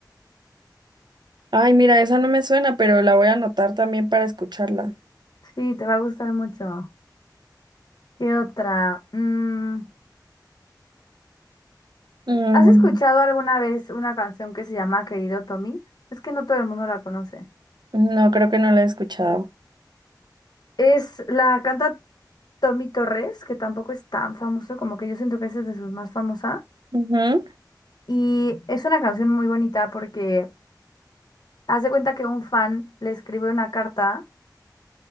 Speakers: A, on the right (about 75°); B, on the left (about 65°).
A: Ay, mira, esa no me suena, pero la voy a anotar también para escucharla.
B: Sí, te va a gustar mucho. ¿Qué otra? Mm,
A: Mm,
B: ¿Has escuchado alguna vez una canción que se llama Querido Tommy? Es que no todo el mundo la conoce.
A: no, creo que no la he escuchado.
B: Es la canta Tommy Torres, que tampoco es tan famoso, como que yo siento que esa es de sus más famosas.
A: Ujú,
B: Y es una canción muy bonita porque hace cuenta que un fan le escribe una carta